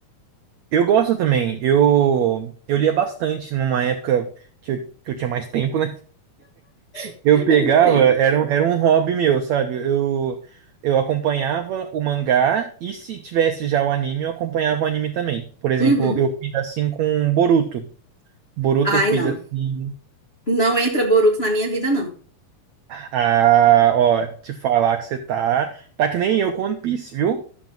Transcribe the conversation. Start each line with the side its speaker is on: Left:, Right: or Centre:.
Right: Eu gosto também. Eu, eu lia bastante numa época que eu, que eu tinha mais tempo, né?
Left: <laughs>
Right: Eu pegava,
Left: Eu entendo.
Right: era, um- era um hobby meu, sabe? Eu, eu acompanhava o mangá e se tivesse já o anime, eu acompanhava o anime também. Por exemplo,
Left: Uhum.
Right: eu fiz assim com Boruto. Boruto
Left: Ai,
Right: eu fiz
Left: não.
Right: assim.
Left: Não entra Boruto na minha vida, não.
Right: Ah, ó, te falar que você tá. Tá que nem eu com One Piece, viu?